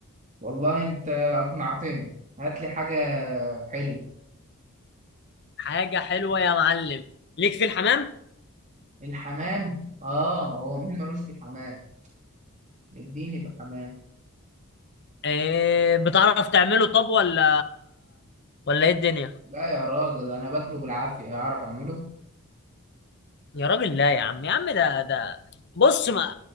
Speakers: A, on the right (about 35°); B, on the left (about 50°).
A: والله انت اقنعتني هات لي حاجة حلوة
B: حاجة حلوة يا معلم ليك في الحمام
A: الحمام اه هو مين ملوش في الحمام اديني في الحمام
B: إيه بتعرف تعمله طب ولا ولا ايه الدنيا
A: لا يا راجل انا باكله بالعافية اعرف اعمله
B: يا راجل لا يا عم يا عم ده ده بص ما